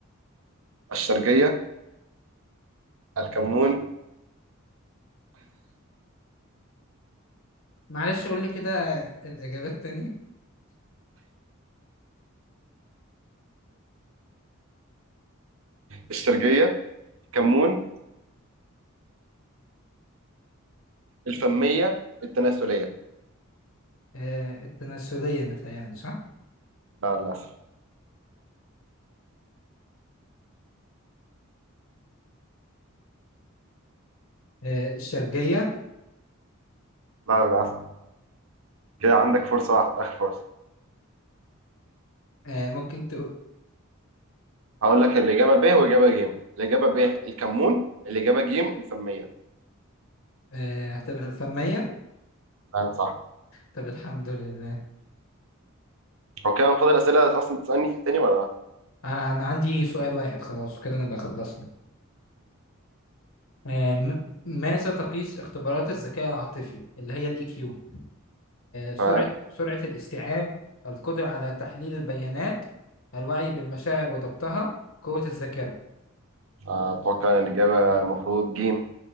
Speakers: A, on the right (about 70°); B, on the left (about 70°).
A: الشرجية الكمون
B: معلش قول لي كده الإجابات تاني
A: الشرجية الكمون الفمية التناسلية
B: آه، التناسلية متهيألي صح
A: لا للأسف
B: آه، الشرجية
A: لا للأسف كده عندك فرصة واحدة آخر فرصة
B: آه، ممكن تقول
A: هقول لك الإجابة ب وإجابة ج الإجابة ب الكمون الإجابة ج الفمية
B: آه، هتبقى الفمية
A: تمام صح
B: طب الحمد لله
A: هو كده المفروض الأسئلة أصلا تسألني تاني ولا لا؟
B: آه، أنا عندي سؤال واحد خلاص كده نبقى خلصنا آه، م- ماذا تقيس اختبارات الذكاء العاطفي اللي هي الاي كيو سرعة
A: تمام
B: سرعة الاستيعاب القدرة على تحليل البيانات الوعي بالمشاعر وضبطها قوة الذاكرة
A: أتوقع إن الإجابة المفروض جيم